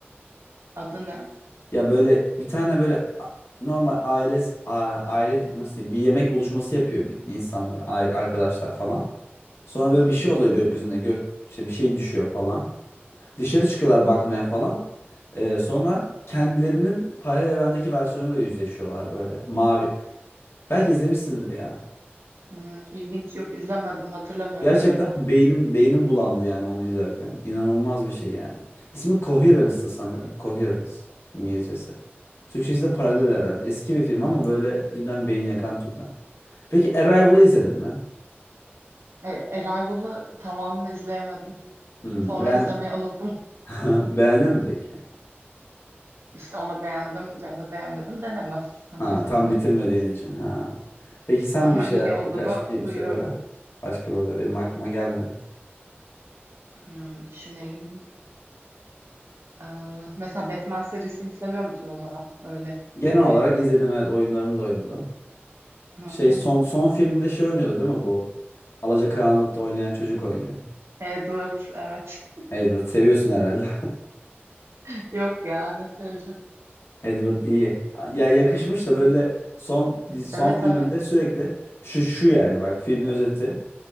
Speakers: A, on the right; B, on the left.
A: Adı ne?
B: Ya böyle bir tane böyle a- normal aile aile nasıl diyeyim bir yemek buluşması yapıyor bir- insanlar air- arkadaşlar falan. Sonra böyle
A: Hı
B: bir şey oluyor gökyüzünde gök işte bir şey düşüyor falan. Dışarı çıkıyorlar bakmaya falan. Ee, sonra kendilerinin paralel evrendeki versiyonuyla yüzleşiyorlar böyle. Mavi. Belki izlemişsindir ya.
A: Hmm, ilginç yok izlemedim hatırlamıyorum
B: Gerçekten
A: ya da.
B: beynim beynim bulandı yani onu izlerken. İnanılmaz bir şey yani. İsmi Coherence'da sanırım. Coherence İngilizcesi. Türkçesi de Paralel
A: Hmm.
B: Evren. Eski bir film ama böyle cidden beyin yakan türden. Peki Arrival'ı izledin mi?
A: El- Arrival'ı tamamını da izleyemedim.
B: Hmm,
A: Sonra
B: beğen...
A: izlemeyi unuttum.
B: <laughs> Beğendin mi peki?
A: İşte onu beğendim ya da beğenmedim denemez. Tam
B: Ha,
A: izlemediğim
B: tam bitirmediğin
A: için.
B: için. Ha. Peki sen
A: Ama
B: bir şey
A: iyi olduğunu
B: birkaç film
A: duyuyorum.
B: söyle. Başka böyle benim aklıma gelmedi.
A: Hmm, düşüneyim. Ee, mesela Batman serisini seviyor musun o zaman? Öyle
B: Genel
A: sorayım.
B: olarak izledim evet oyunlarını da oynadım.
A: Hı
B: Şey
A: hı.
B: son son filminde şey oynuyordu değil mi bu? Alacakaranlık'ta oynayan çocuk oynuyor.
A: Edward evet.
B: Edward seviyorsun herhalde.
A: <laughs> Yok ya ne seveceğim.
B: <laughs> Edward iyi. Ya yakışmış da
A: Ha.
B: böyle son son
A: Evet
B: filminde
A: evet.
B: sürekli şu şu yani bak filmin özeti